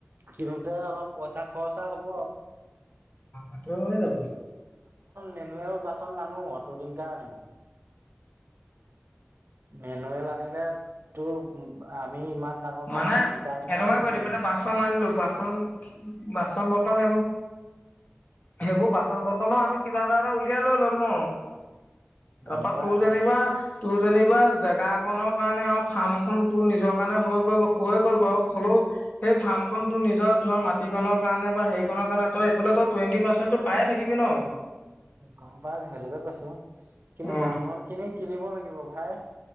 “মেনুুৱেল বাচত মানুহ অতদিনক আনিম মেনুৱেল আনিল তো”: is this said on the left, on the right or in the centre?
Right